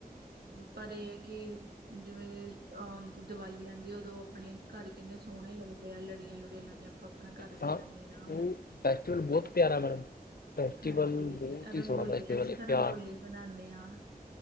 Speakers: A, on the right (about 85°); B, on the left (about 75°).
A: ਪਰ ਇਹ ਹੈ ਕਿ, ਜਿਵੇਂ ਅਹ ਦੀਵਾਲੀ ਆਉਂਦੀ ਉਦੋਂ ਆਪਣੇ ਘਰ ਕਿੰਨੇ ਸੋਹਣੇ ਲੱਗਦੇ ਆ, ਲੜੀਆਂ ਲੁੜੀਆਂ ਲਾਇਆ। ਆਪਾਂ ਆਪਣਾ ਘਰ
B: ਤਾਂ
A: ਸਜਾਦੇ ਆਂ
B: ਉਹ ਫੈਸਟੀਵਲ ਬਹੁਤ ਪਿਆਰਾ ਮੈਡਮ ਫੈਸਟੀਵਲ
A: ਹਾਂਜੀ
B: ਬਹੁਤ
A: ਰੰਗੋਲੀ,
B: ਹੀ ਸੋਹਣਾ ਫੈਸਟੀਵਲ
A: ਅਸੀਂ
B: ਹੈ
A: ਤਾਂ ਰੰਗੋਲੀ
B: ਪਿਆਰ
A: ਬਣਾਦੇ ਹਾਂ